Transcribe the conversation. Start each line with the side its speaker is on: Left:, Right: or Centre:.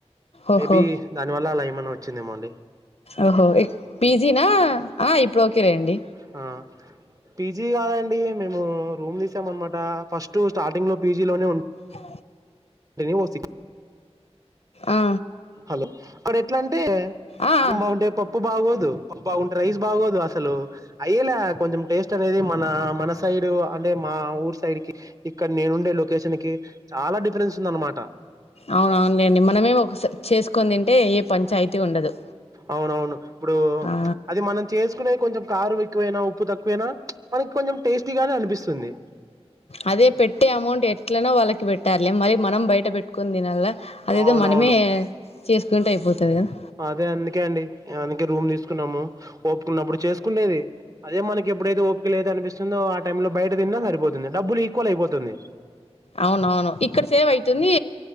Left: ఓహో
Right: మేబీ దాని వల్ల అలా ఏమన్న వచ్చిందేమోండి
Left: ఓహో ఏక్ పీజీనా ఇప్పుడు ఓకేలే అండి
Right: హా పీజీ కాదండి మేము రూమ్ తీసాం అనమాట ఫస్ట్ స్టార్టింగ్ లో పీజీ లోనే ఉ
Left: అ
Right: తేనివోసిక
Left: ఆ
Right: హలో అక్కడ ఎట్లా అంటే
Left: ఆ ఆ.
Right: అన్నం బాగుంటాయి పప్ ప్పు బాగోదు పప్పు బాగుంటే రైస్ బాగోదు అసలు అయ్యేలా కొంచెం టేస్ట్ అనేది మన మన సైడు అంటే మా ఊరు సైడ్ కి ఇక్కడ నేనుండే లొకేషన్ కి చాలా డిఫరెన్స్ ఉందనమాట
Left: అవునవునులేండి మనమే ఒక సే చేసుకుని తింటే ఏ పంచాయతీ ఉండదు
Right: అవునవును ఇప్పుడు
Left: ఆ
Right: అది మనం చేస్ కునే కొంచెం కారం ఎక్కువైనా ఉప్పు తక్కువైనా మనకి కొంచెం టేస్టీగానే అనిపిస్తుంది.
Left: అదే పెట్టే అమౌంట్ ఎట్లనో వాళ్ళకి పెట్టాలి మరి మనం బయ బయట పెట్టుకుని దీనల్ల అదేదో
Right: అవునవును
Left: మనమే చేసుకుంటే అయిపోతుంది కదా
Right: అదే అందుకే అండి అందుకే రూమ్ తీసుకున్నాము ఒపికున్నప్పుడు చేసుకుండేది అదే మనకిప్పుడైతే ఓపిక లేదు అనిపిస్తుందో ఆ టైమ్ లో బయట తిన్నా సరిపోతుంది డబ్బులు ఈక్వల్ అయిపోతుంది.
Left: అవునవును ఇక్కడ సేవ్ అయితుంది